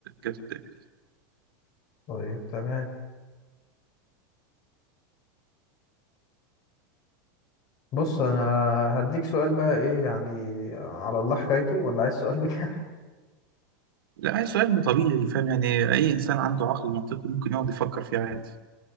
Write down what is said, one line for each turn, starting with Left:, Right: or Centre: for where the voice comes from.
Right: جت قدامي دي.
Left: طيب تمام بص أنا هديك سؤال بقى إيه يعني على الله حكايته ولا عايز سؤال بك
Right: لا عايز سؤال طبيعي فاهم يعني اي انسان عنده عقل منطقي ممكن يقعد يفكر فيه عادي